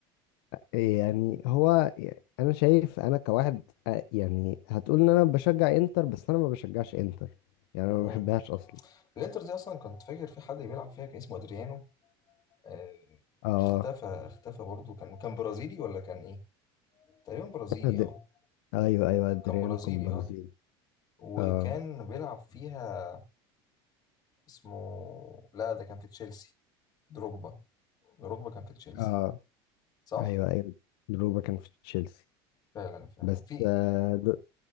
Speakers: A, on the left (about 75°); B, on the left (about 30°).
A: يعني هو انا شايف انا كواحد آه، يعني هتقول ان انا بشجع انتر بس انا ما بشجعش انتر يعني انا ما
B: امم
A: بحبهاش اصلا
B: الانتر دي اصلا كنت فاكر في حد بيلعب فيها كان اسمه ادريانو آه،
A: اه
B: اختفى اختفى برضه كان كان برازيلي ولا كان ايه تقريبا برازيلي
A: أد-
B: اه
A: ايوه ايوه ادريانو
B: كان برازيلي
A: كان برازيلي
B: اه وكان
A: اه
B: بيلعب فيها اسمه لا ده كان في تشيلسي دروجبا دروجبا كان في تشيلسي
A: اه
B: صح
A: ايوه ايوه دروجبا كان في تشيلسي
B: فعلا فعلا
A: بس
B: في
A: آه د-